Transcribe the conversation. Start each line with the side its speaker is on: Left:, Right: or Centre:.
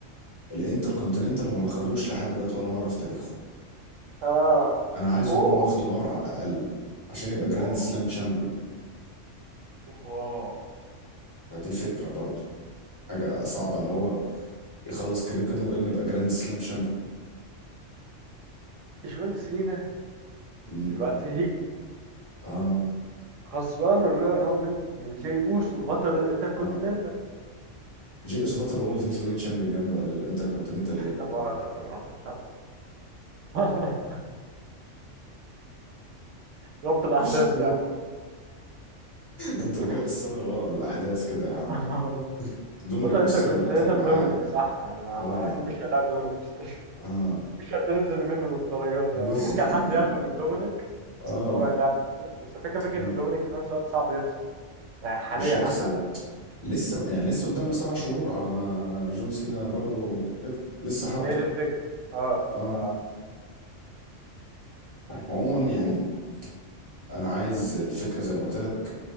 Left: الانتر كونتيننتال هو ما خدوش لحد دلوقتي ولا مره في تاريخه
Right: اه
Left: انا عايزه
Right: اوه
Left: يكون واخده مرة على الاقل عشان يبقى جراند
Right: واو
Left: سلام شامبيون
Right: واو
Left: فدي فكرة برضو حاجة صعبة ان هو يخلص كاريره كده من غير ما يبقى جراند سلام شامبيون
Right: جون سينا
Left: امم
Right: دلوقتي
Left: اه
Right: خسران الرويال رامبل من جاي اوسو بطل الانتركونتيننتال
Left: اه جي اس باتر وورلد هيفي ويت شامبيون يا ابني بقى الانتر كونتيننتال ايه
Right: احلى مؤاخذه لا مؤاخذه اتلخبط <laughs> ربط الاحداث
Left: <laughs>
Right: يا عم
Left: انت رجعت
Right: <laughs>
Left: السنة لورا بالاحداث كده يا عم
Right: والله.
Left: دومينيك
Right: بطل انتركونتيننتال
Left: ميستيريو دلوقتي اللي معاه
Right: دومينيك صح يعني ما
Left: اه
Right: ما- اكيد مش هيلاعب دومينيك مش <laughs>
Left: اه
Right: مش هتنزل منه للدرجه دي
Left: <laughs>
Right: يعني ممكن حد ياخده من دومينيك
Left: اه
Right: وهو يلعب دومينيك بس الفكره فكره
Left: مم.
Right: ان دومينيك في نفس الوقت صعب يخسر يعني حاليا
Left: مش هيخسر
Right: على الاقل
Left: ده لسه بقى يعني لسه قدامنا سبع شهور على ما جون سينا برضو كده لسه حبة
Right: هي دي الفكره اه
Left: اه
Right: ف I
Left: عموما
Right: don't know.
Left: يعني انا عايز الفكره زي ما قلت لك